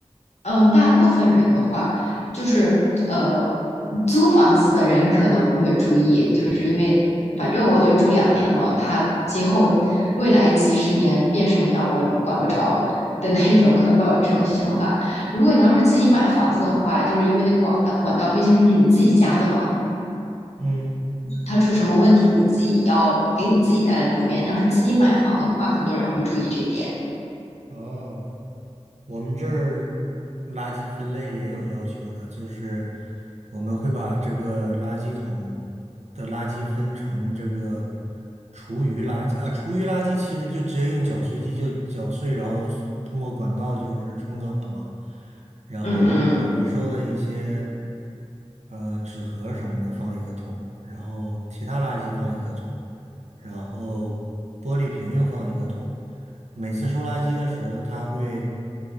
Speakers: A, on the left (about 75°); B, on the right (about 85°).
A: 嗯，大部分人的话，就是呃，租房子的人可能不会注意，就是因为反正我就住两年嘛，他今后未来几十年变什么样我也管不着的那种，可能抱有这种想法。如果你要是自己买房子的话，就是因为那管道管道毕竟是你自己家的嘛，
B: 嗯，
A: 它出什么问题你自己要给你自己带来不便。你要是自己买房的话，很多人会注意这一点。
B: 哦。我们这儿垃圾分类也有要求的，就是我们会把这个垃圾桶的垃圾分成这个厨余垃圾啊，厨余垃圾其实就直接用搅碎机就搅碎，然后通过管道就是冲走了嘛。然后可回收的一些
A: 嗯嗯
B: 呃纸盒什么的放一个桶，然后其他垃圾放一个桶，然后玻璃瓶又放一个桶。每次收垃圾的时候，他会